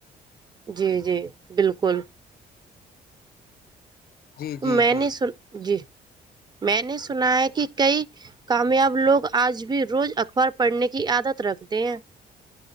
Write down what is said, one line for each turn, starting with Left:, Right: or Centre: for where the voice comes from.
Right: جی جی بالکل
Left: جی جی
Right: میں
Left: جی
Right: نے سن جی میں نے سنا ہے کہ کئی کامیاب لوگ آج بھی روز اخبار پڑھنے کی عادت رکھتے ہیں